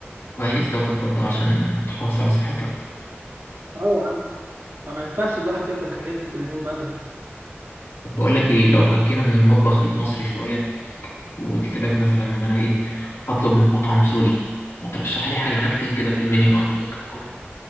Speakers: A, on the left (about 75°); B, on the right (about 70°).
A: كويس دوت برضه عشان تحافظ على صحتك
B: اه يا عم فما ينفعش الواحد ياكل الحاجات دي كل يوم ابدا
A: طب بقول لك إيه لو فكينا من المطبخ المصري شوية وقلت لك مثلا إن أنا إيه هطلب من مطعم سوري ما ترشح لي حاجة حاجتين كده في المنيو عنده ممكن أكلهم